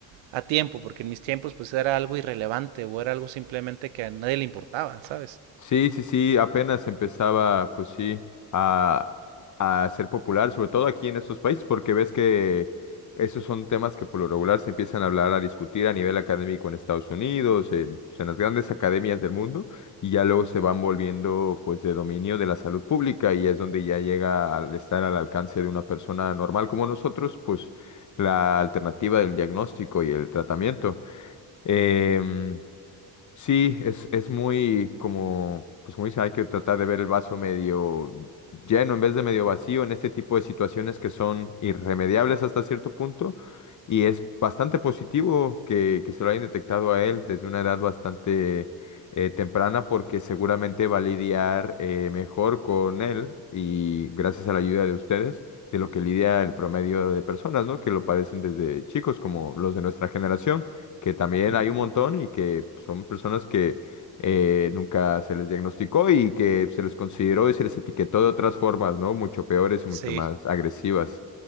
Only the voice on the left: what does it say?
Sí, sí, sí, apenas empezaba, pues sí, a, a ser popular, sobre todo aquí en estos países, porque ves que esos son temas que por lo regular se empiezan a hablar, a discutir a nivel académico en Estados Unidos, en, pues, en las grandes academias del mundo, y ya luego se van volviendo, pues, de dominio de la salud pública, y es donde ya llega al estar al alcance de una persona normal como nosotros, pues, la alternativa del diagnóstico y el tratamiento. Em, Sí, es, es muy como, pues como dice, hay que tratar de ver el vaso medio lleno en vez de medio vacío en este tipo de situaciones que son irremediables hasta cierto punto. Y es bastante positivo que, que se lo hayan detectado a él desde una edad bastante eh, temprana porque seguramente va a lidiar eh, mejor con él y gracias a la ayuda de ustedes de lo que lidia el promedio de personas, ¿no? Que lo padecen desde chicos, como los de nuestra generación que también
hay un montón y que son personas que eh, nunca se les diagnosticó y que se les consideró y se les etiquetó de otras formas, ¿no? Mucho peores y
mucho más agresivas.